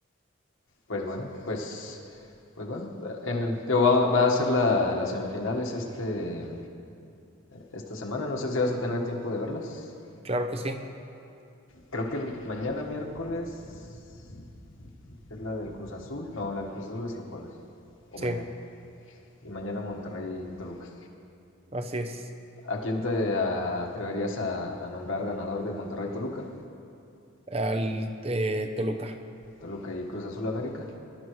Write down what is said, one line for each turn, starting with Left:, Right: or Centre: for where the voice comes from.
Left: Pues bueno, pues, pues bueno, en, digo, va, va a ser la, las semifinales este, esta semana. No sé si vas a tener tiempo de verlas.
Right: Claro que sí,
Left: Creo que mañana miércoles es la del Cruz Azul. No, la del Cruz Azul es el jueves. O
Right: sí,
Left: mañana. y mañana Monterrey-Toluca.
Right: así es.
Left: ¿A quién te atreverías a, a nombrar ganador de Monterrey-Toluca?
Right: Al eh, Toluca,
Left: Toluca y Cruz Azul América.